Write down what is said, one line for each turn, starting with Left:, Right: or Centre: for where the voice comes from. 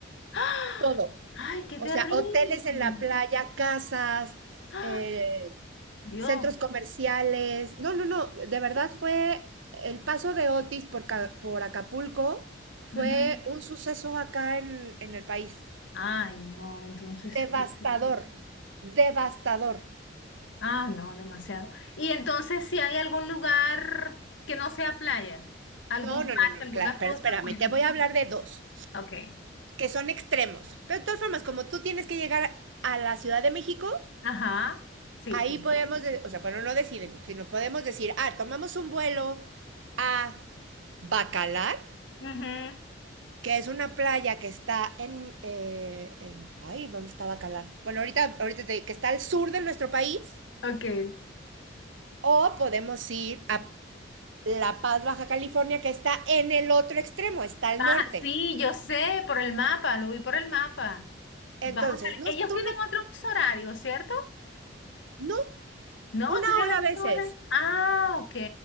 Left: ¡Ah!
Right: todo.
Left: ¡Ay, qué
Right: O
Left: terrible!
Right: sea, hoteles en la playa, casas,
Left: ¡Ah!
Right: eh,
Left: Dios.
Right: centros comerciales. No, no, no, de verdad fue el paso de Otis por, Ca- por Acapulco fue
Left: Ujú.
Right: un suceso acá en, en el país.
Left: Ay, no, entonces.
Right: Devastador,
Left: qué- qué-
Right: devastador.
Left: Ah, no, demasiado. Y entonces, si hay algún lugar que no sea playa, algún
Right: No, no,
Left: parque,
Right: no, no,
Left: alguna
Right: claro,
Left: cosa,
Right: pero espérame,
Left: cuéntame.
Right: te voy a hablar de dos.
Left: Ok.
Right: que son extremos. Pero de todas formas, como tú tienes que llegar a la Ciudad de México,
Left: Ajá. Sí.
Right: ahí
Left: que-
Right: podemos, o sea, bueno, no decidimos, sino podemos decir, ah, tomamos un vuelo a Bacalar,
Left: Ujú.
Right: que es una playa que está en, eh, en- ay, ¿dónde está Bacalar? Bueno, ahorita, ahorita te- que está al sur de nuestro país,
Left: Ok.
Right: o podemos ir a La Paz, Baja California, que está en el otro extremo, está al
Left: Baja,
Right: norte.
Left: sí, yo sé, por el mapa, lo vi por el mapa.
Right: Entonces,
Left: Baja Cali-
Right: no,
Left: Ellos
Right: tú
Left: tienen
Right: no,
Left: otro uso horario, ¿cierto?
Right: no,
Left: No,
Right: una
Left: tienen
Right: hora
Left: el
Right: a veces.
Left: uso horario. Ah, ok,